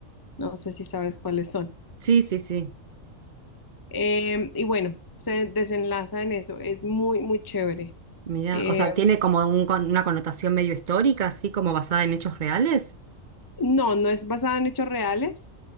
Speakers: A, on the left; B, on the right.
A: No sé si sabes cuáles son.
B: Sí, sí, sí.
A: Em, y bueno, se desenlaza en eso, es muy, muy chévere.
B: Mira,
A: Eh,
B: o sea, tiene como un con- una connotación medio histórica, así como basada en hechos reales.
A: no, no es basada en hechos reales,